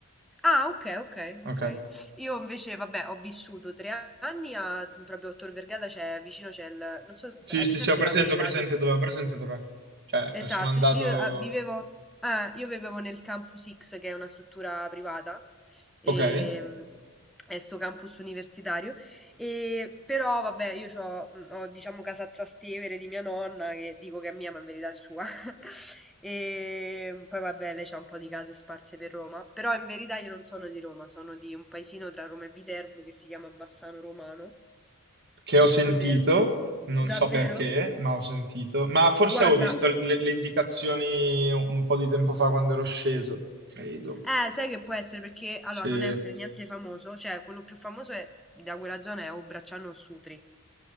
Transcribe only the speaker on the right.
Ok.
Sì,
sì,
sì, ho presente,
ho presente
dov'è, ho presente dov'è. Eh,
sono andato
Okay.
Che
ho sentito,
non
so perché, ma ho sentito. Ma forse
ho visto le, le indicazioni un po' di tempo fa quando ero sceso, credo.
Sì.